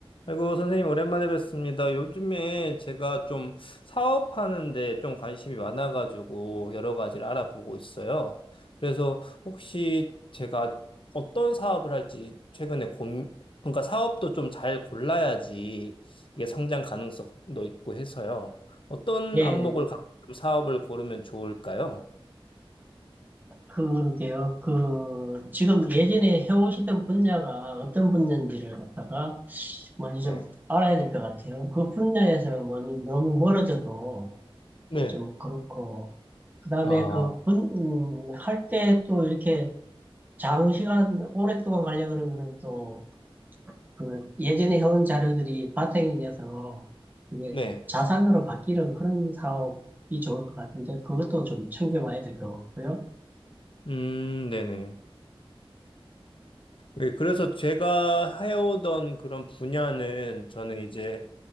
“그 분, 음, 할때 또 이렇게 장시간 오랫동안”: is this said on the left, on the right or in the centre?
Right